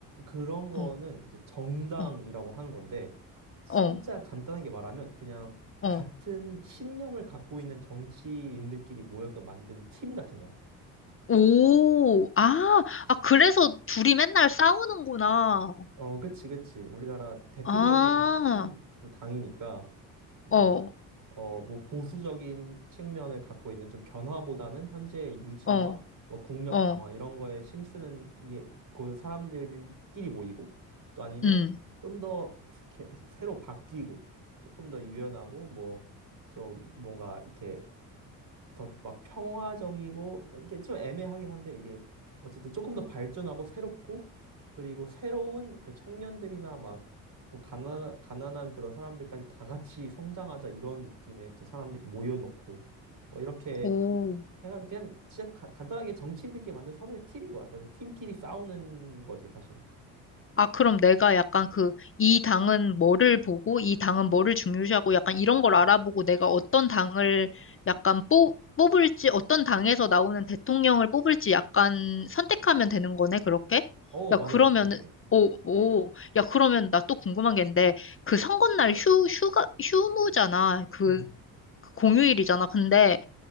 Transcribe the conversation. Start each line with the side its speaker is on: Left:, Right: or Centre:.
Right: 그런 거는
Left: 어,
Right: 이제 정당이라고
Left: 어,
Right: 하는 건데, 진짜
Left: 어,
Right: 간단하게 말하면 그냥
Left: 어.
Right: 같은 신념을 갖고 있는 정치인들끼리 모여서 만든 팀 같은 거야.
Left: 오, 아, 아, 그래서 둘이 맨날 싸우는구나.
Right: 어, 그치, 그치. 우리나라 대표적인
Left: 아,
Right: 큰 두 당이니까.
Left: 어,
Right: 이제 어 뭐 보수적인 측면을 갖고 있는 좀 변화보다는 현재의 유지와
Left: 어,
Right: 뭐 국력
Left: 어,
Right: 강화 이런 거에 힘쓰는 게 그 사람들끼리 모이고 또 아니면
Left: 음,
Right: 좀 더 새로 바뀌고 조금 더 유연하고 뭐 좀 뭔가 이렇게 더 막 평화적이고 이게 좀 애매하긴 한데 이게 어쨌든 조금 더 발전하고 새롭고 그리고 새로운 그 청년들이나 막 좀 가난 가난한 그런 사람들까지 다 같이 성장하자 이런 느낌의 또 사람들이 모여놓고 뭐 이렇게
Left: 오.
Right: 해가지고 그냥 진짜 가- 간단하게 정치인들끼리 만든 서로의 팀인 거야. 그래서 팀끼리 싸우는 거지 사실.
Left: 아, 그럼 내가 약간 그, 이 당은 뭐를 보고, 이 당은 뭐를 중요시하고, 약간 이런 걸 알아보고, 내가 어떤 당을 약간 뽑, 뽑을지, 어떤 당에서 나오는 대통령을 뽑을지 약간 선택하면 되는 거네, 그렇게?
Right: 어
Left: 야,
Right: 맞아
Left: 그러면은,
Right: 정확해.
Left: 오, 오, 야, 그러면 나 또 궁금한 게 있는데, 그 선거날 휴, 휴가, 휴무잖아. 그,
Right: 음.
Left: 그 공휴일이잖아. 근데,